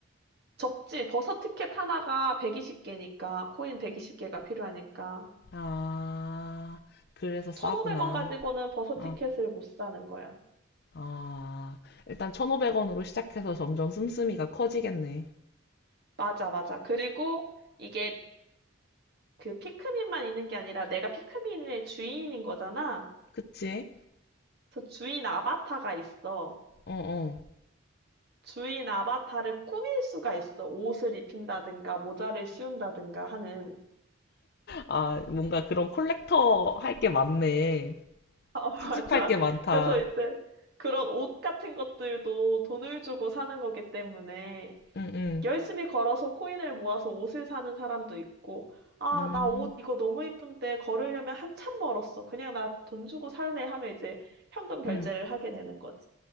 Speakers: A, on the right; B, on the left.
A: 적지, 버섯 티켓 하나가 120개니까, 코인 120개가 필요하니까.
B: 아, 그래서 싸구나.
A: 1,500원 가지고는 버섯
B: 아,
A: 티켓을 못 사는 거야.
B: 아. 일단 1,500원으로 시작해서 점점 씀씀이가 커지겠네.
A: 맞아, 맞아. 그리고 이게 그 피크민만 있는 게 아니라 내가 피크민의 주인인 거잖아.
B: 그치?
A: 그 주인 아바타가 있어.
B: 어, 어.
A: 주인 아바타를 꾸밀 수가 있어. 옷을 입힌다든가, 모자를 씌운다든가 하는.
B: 아, 뭔가 그런 콜렉터 할 게 많네.
A: <laughs>
B: 수집할
A: 맞아.
B: 게 많다.
A: 그래서 이제 그런 옷 같은 것들도 돈을 주고 사는 거기 때문에
B: 응, 응.
A: 열심히 걸어서 코인을 모아서 옷을 사는 사람도 있고, 아,
B: 음,
A: 나 옷 이거 너무 이쁜데 걸으려면 한참 멀었어. 그냥 나 돈 주고 살래 하면 이제 현금 결제를
B: 응.
A: 하게 되는 거지.